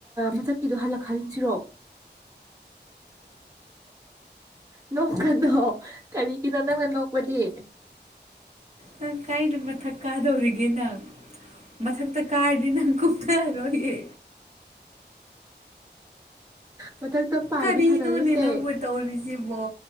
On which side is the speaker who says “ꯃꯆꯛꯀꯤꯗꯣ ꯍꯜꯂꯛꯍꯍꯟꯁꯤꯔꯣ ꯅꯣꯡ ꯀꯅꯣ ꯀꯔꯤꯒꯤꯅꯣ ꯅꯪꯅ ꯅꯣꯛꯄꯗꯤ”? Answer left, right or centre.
Right